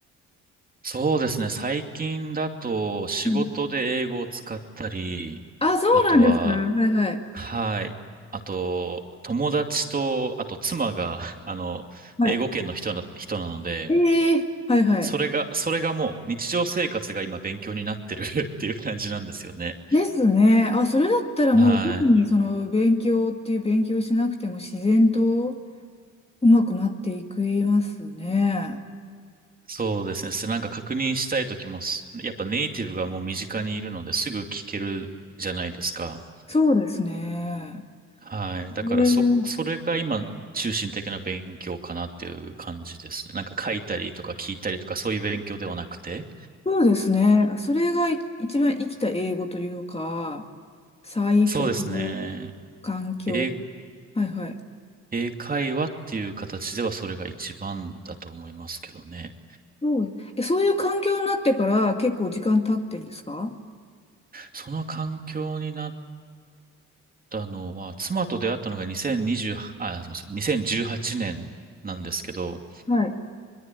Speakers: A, on the right; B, on the left.
A: そうですね。最近だと仕事で英語を使ったり、
B: うん。あ、そうなんですか。
A: あとは、
B: はいはい。
A: はい。あと、友達と、あと妻が、<laughs> あの、
B: はい。
A: 英語圏の人な、人なので、
B: ええはいはい。
A: それが、それがもう日常生活が今勉強になってる <laughs> っていう感じなんですよね。
B: ですね。あ、それだったらもう特にその勉強っていう勉強しなくても自然と
A: はい。
B: うまくなっていくいますね。
A: そうですね。すなんか確認したい時もす、やっぱネイティブがもう身近にいるのですぐ聞けるじゃないですか。
B: そうですね。
A: はい。だからそ、
B: えー
A: それが今、中心的な勉強かなっていう感じですね。なんか書いたりとか聞いたりとか、そういう勉強ではなくて。
B: そうですね。それがい一番生きた英語というか、最高の
A: そうですね。
B: 環境。
A: 英、
B: はいはい。
A: 英会話っていう形ではそれが一番だと思いますけどね。
B: そう、えそういう環境になってから結構時間経ってんですか
A: その環境になったのは、妻と出会ったのが2020、あ、すみません、2018年なんですけど、
B: はい。